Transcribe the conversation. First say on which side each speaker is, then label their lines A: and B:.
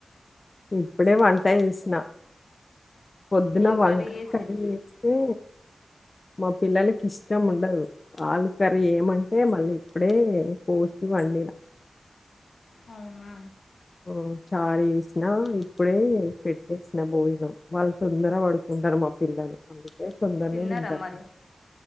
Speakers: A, on the left; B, on the left.
A: హ్మ్ ఇప్పుడే వంట చేసిన పొద్దున
B: ఏం
A: వంకాయ
B: చేసిర్రు
A: కర్రీ వేస్తే మా పిల్లలకి ఇష్టం ఉండదు ఆలు కర్రీ చేయమంటే మళ్ళీ ఇప్పుడే కోసి వండిన
B: అవునా
A: ఆ చారు వేసినా ఇప్పుడే పెట్టేసిన బోయిలో వాళ్ళు తొందర పడుకుంట టారు మా పిల్లలు అందుకే తొందరనే
B: తిన్నారా
A: తింటారు
B: మరి